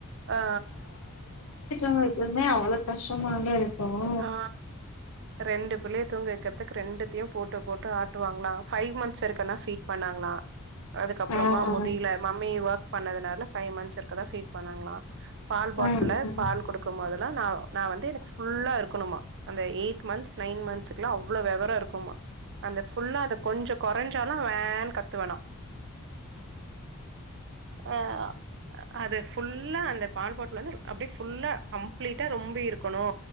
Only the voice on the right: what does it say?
ஆ
ஆ ரெண்டு புள்ளைய தூங்க வைக்கிறதுக்கு ரெண்டுத்தையும் போட்டு போட்டு ஆட்டுவாங்லாம் ஃபைவ் மந்த்ஸ் வரைக்கும் தா ஃபீட் பண்ணாங்களா அதுக்கப்புறமா
முடியில மம்மி ஒர்க் பண்ணதுனால ஃபைவ் மந்த்ஸ் வரக்கும்தான் ஃபீட் பண்ணாங்களா பால் பாட்டுலு
பால் குடுக்கும் போதெல்லா நா நா வந்து எனக்கு ஃபுல்லா இருக்கணுமா அந்த எயிட் மந்த்ஸ் நைன் மந்த் ஸ்குல்லா அவ்ளோ வெவரோ இருக்குமா அந்த ஃபுல்லா அத கொஞ்சோ கொறஞ்சாலு வேன்னு கத்து வெணா ஆ அதுஸ் ஃபுல்லா அந்த பால் பாட்டல வந்து அப்டியே ஃபுல்லா கம்ப்ளீட்டா ரொம்பி இருக்கணு